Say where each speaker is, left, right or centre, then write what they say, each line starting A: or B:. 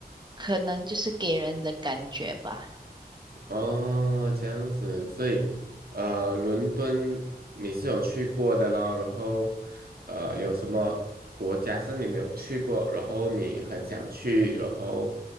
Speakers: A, on the right; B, on the right.
A: 可能就是给人的感觉吧，
B: 哦，这样子，所以呃，伦敦你是有去过的咯，然后呃，有什么国家是你没有去过，然后你很想去，然后